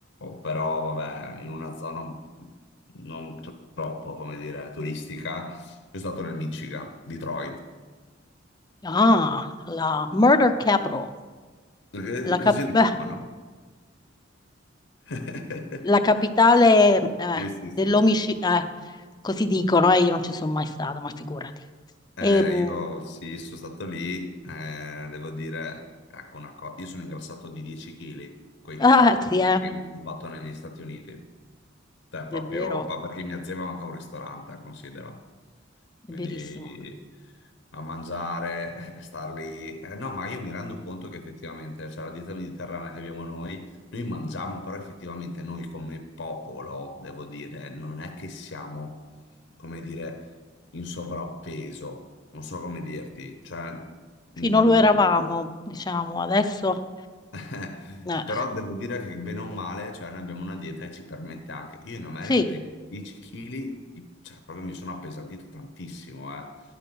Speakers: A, on the left; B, on the left.
A: però, vabbè, in una zona un- non troppo, come dire, turistica. Io sono stato nel Michigan, Detroit.
B: ah, la Murder Capital,
A: Perché
B: la cap-
A: Così lo
B: <laughs>
A: chiamano. <laughs>
B: la capitale eh,
A: Sì, sì, sì.
B: dell'omicidio, così dicono, eh, io non ci sono mai stato, ma figurati.
A: Eh,
B: E, mm,
A: io sì, sono stato lì, eh, devo dire, ecco una cosa, io sono ingrassato di 10 kg, quei
B: ah,
A: 4
B: sì,
A: kg
B: eh,
A: che mi sono fatto negli Stati Uniti, cioè
B: è
A: proprio
B: vero,
A: ma perché mia zia aveva anche un ristorante, considera,
B: è
A: quindi
B: verissimo.
A: a mangiare, eh, star lì, Eh, no, ma io mi rendo conto che effettivamente, cioè la dieta mediterranea che abbiamo noi, noi mangiamo, però effettivamente noi come popolo, devo dire, non è che siamo, come dire in sovrappeso, non so come dirti, cioè,
B: Sì,
A: mm,
B: non lo eravamo, diciamo, adesso...
A: <laughs>
B: eh,
A: però devo dire che bene o male, cioè, noi abbiamo una dieta che ci permette anche, io in America
B: sì,
A: mi ricordo 10 kg, cioè, proprio mi sono appesantito tantissimo, eh,